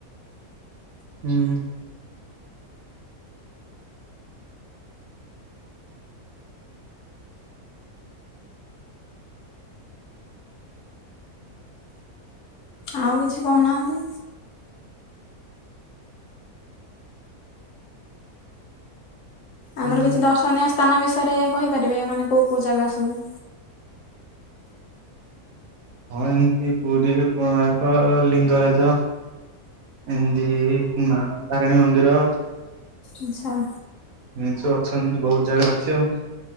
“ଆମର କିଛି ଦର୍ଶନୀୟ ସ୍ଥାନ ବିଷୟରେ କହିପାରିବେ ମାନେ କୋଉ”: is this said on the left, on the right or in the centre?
Left